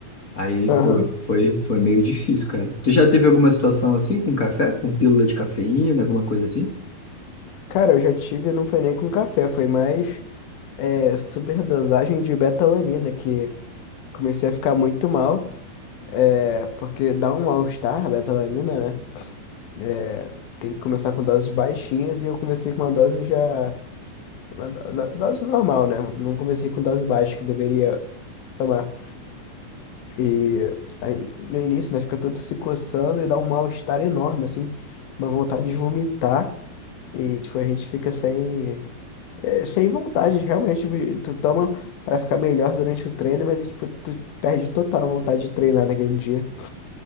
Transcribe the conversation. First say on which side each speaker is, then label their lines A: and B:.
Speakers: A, on the left (about 40°); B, on the left (about 75°).
A: Aí,
B: Aham.
A: pô, foi, foi meio difícil, cara. Tu já teve alguma situação assim com café, com pílula de cafeína, alguma coisa assim?
B: Cara, eu já tive, não foi nem com café, foi mais é, superdosagem de betalanina, que comecei a ficar muito mal, é, porque dá um mal-estar a betalanina, né? É, tem que começar com doses baixinhas e eu comecei com uma dose já. Uma do- do- dose normal, né? Não comecei com dose baixa que deveria tomar. E aí, no início, né, fica todo se coçando e dá um mal-estar enorme, assim, uma vontade de vomitar. E, tipo, a gente fica sem. é, sem vontade, realmente, tipo, tu toma pra ficar melhor durante o treino, mas, tipo, tu perde total a vontade de treinar naquele dia.